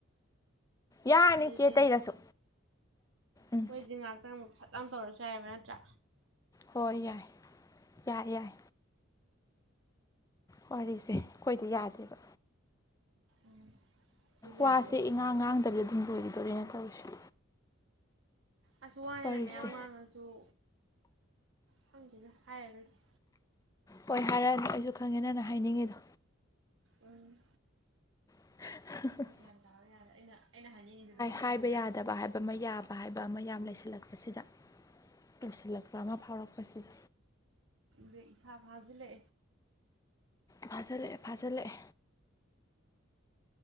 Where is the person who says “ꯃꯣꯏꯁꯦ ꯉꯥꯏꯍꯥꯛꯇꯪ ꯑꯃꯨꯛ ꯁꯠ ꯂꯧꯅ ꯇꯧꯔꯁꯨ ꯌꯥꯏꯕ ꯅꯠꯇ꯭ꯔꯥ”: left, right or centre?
Right